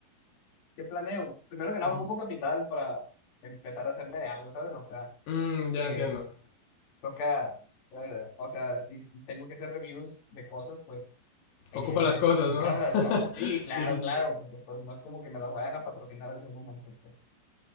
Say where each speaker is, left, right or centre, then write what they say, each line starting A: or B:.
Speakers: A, on the left; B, on the left.
A: ¿qué planeo? Primero que nada,
B: Ujú.
A: ocupo capital para empezar a hacerme de algo, ¿sabes? O sea,
B: Mm, ya
A: eh,
B: entiendo.
A: toca, eh, o sea, si tengo que hacer reviews de cosas, pues eh,
B: Ocupa
A: necesito
B: las cosas,
A: comprarlas,
B: ¿no? <laughs>
A: ¿no? Sí, claro,
B: Sí, sí,
A: claro,
B: sí.
A: porque pues no es como que me las vayan a patrocinar al mismo momento. pues.